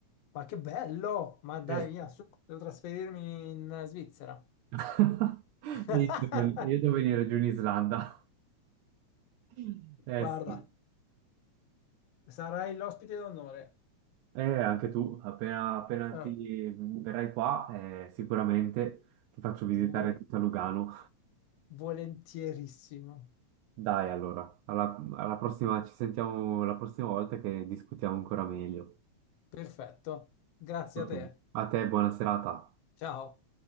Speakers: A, on the left (about 75°); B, on the right (about 85°).
A: Ma che bello! Ma dai,
B: Eh
A: via,
B: sì.
A: su, devo trasferirmi in Svizzera.
B: <laughs>
A: <laughs>
B: Io devo io devo venire giù in Islanda. <laughs> Eh
A: Guarda,
B: sì.
A: sarai l'ospite d'onore.
B: Eh, anche tu, appena, appena
A: Eh,
B: ti verrai qua, eh, sicuramente ti faccio visitare
A: vol-
B: tutta Lugano.
A: volentierissimo.
B: Dai, allora, alla, alla prossima, ci sentiamo la prossima volta che discutiamo ancora meglio.
A: Perfetto. Grazie
B: Ottimo.
A: a te.
B: A te, buona serata.
A: Ciao.